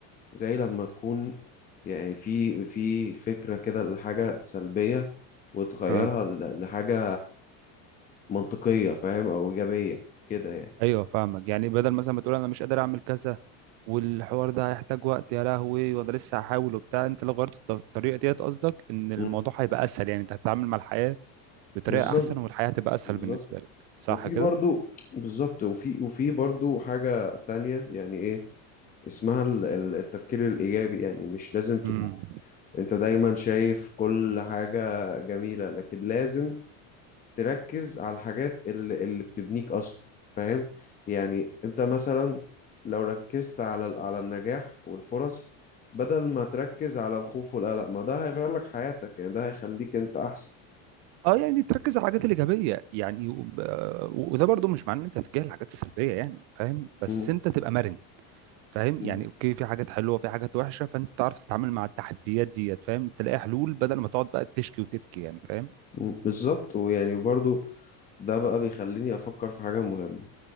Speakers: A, on the left (about 20°); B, on the right (about 55°).
A: زي لما تكون يعني في في فكرة كده لحاجة سلبية وتغيرها
B: يعني
A: ل- لحاجة منطقية فاهم أو إيجابية كده يعني
B: ايوه فاهمك يعني بدل مثلا ما تقول انا مش قادر اعمل كذا والحوار ده هيحتاج وقت يا لهوي وانا لسه هحاول وبتاع انت لو غيرت الط- الطريقه ديت قصدك ان الموضوع
A: مم.
B: هيبقى اسهل يعني انت هتتعامل مع الحياه بطريقه
A: بالظبط
B: احسن والحياه هتبقى اسهل
A: بالظبط
B: بالنسبه لك صح
A: وفي
B: كده
A: برضو بالظبط وفي وفي برضو حاجة تانية يعني ايه اسمها ال- ال- التفكير الإيجابي يعني مش لازم تكون
B: امم
A: انت دايما شايف كل حاجة جميلة لكن لازم تركز على الحاجات اللي, اللي بتبنيك أصلا فاهم يعني انت مثلا لو ركزت على ال- على النجاح والفرص بدل ما تركز على الخوف والقلق ما ده هيغير لك حياتك يعني ده هيخليك انت أحسن
B: اه يعني تركز على الحاجات الايجابيه يعني وب- وده برضو مش معناه ان انت تتجاهل الحاجات السلبيه يعني فاهم بس
A: مم.
B: انت تبقى مرن فاهم
A: مم.
B: يعني اوكي في حاجات حلوه في حاجات وحشه فانت تعرف تتعامل مع التحديات ديت فاهم تلاقي حلول بدل ما تقعد بقى تشكي وتبكي يعني فاهم
A: مم، بالظبط ويعني وبرضو ده بقى بيخليني افكر في حاجه مهمه